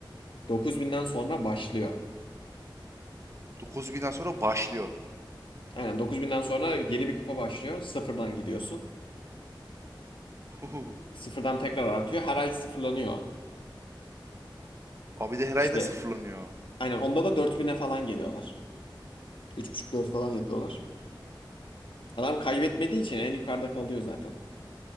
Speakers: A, on the left; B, on the right.
A: 9000'den sonra başlıyor.
B: 9000'den sonra başlıyor.
A: Aynen 9000'den sonra yeni bir kupa başlıyor. Sıfırdan gidiyorsun.
B: <laughs>
A: Sıfırdan tekrar artıyor. Her ay sıfırlanıyor.
B: Abi de her
A: İşte
B: ay da sıfırlanıyor.
A: aynen onda da 4000'e falan geliyorlar. 3,5-4 falan yapıyorlar. Adam kaybetmediği için en yukarıda kalıyor zaten.